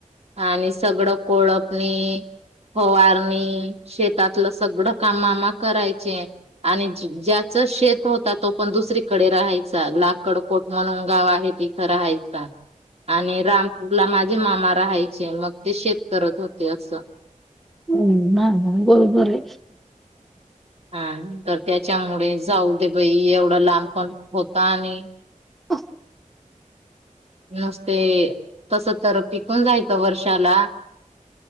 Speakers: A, on the right; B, in the centre.
A: आणि सगळं कोळपणी, फवारणी शेतातलं सगळं काम मामा करायचे. आणि ज्याच शेत होत, तो पण दुसरीकडे राहायचा, लाकडपोट म्हणून गाव आहे की रहायचा. आणि रामपूरला माझे मामा राहायचे, मग ते शेत करत होते असं.
B: हम्! नाही नाही, बरोबर ये.
A: हा, तर त्याच्यामुळे जाऊ दे बाई, एवढा लांब पण होता, आणि
B: अ <inaudible>
A: नसते, तस तर टिकून जायचं वर्षाला